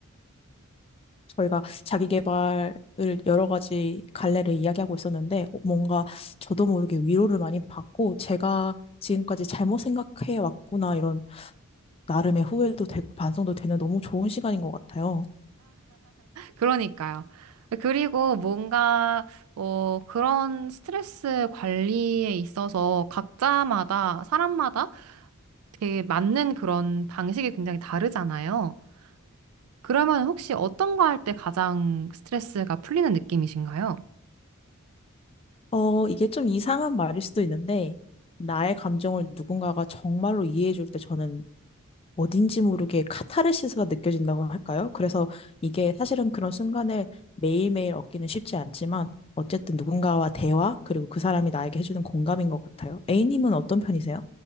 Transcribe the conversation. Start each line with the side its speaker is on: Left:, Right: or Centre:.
Left: 저희가 자기계발을 여러 가지 갈래를 이야기하고 있었는데 뭔가 저도 모르게 위로를 많이 받고 제가 지금까지 잘못 생각해 왔구나 이런 나름의 후회도 되고 반성도 되는 너무 좋은 시간인 것 같아요.
Right: 그러니까요. 그리고 뭔가 어, 그런 스트레스 관리에 있어서 각자마다, 사람마다 되게 맞는 그런 방식이 굉장히 다르잖아요. 그러면 혹시 어떤 거 할 때 가장 스트레스가 풀리는 느낌이신가요?
Left: 어, 이게 좀 이상한 말일 수도 있는데 나의 감정을 누군가가 정말로 이해해 줄 때 저는 어딘지 모르게 카타르시스가 느껴진다고 할까요? 그래서 이게 사실은 그런 순간을 매일매일 얻기는 쉽지 않지만 어쨌든 누군가와 대화, 그리고 그 사람이 나에게 해주는 공감인 것 같아요. A님은 어떤 편이세요?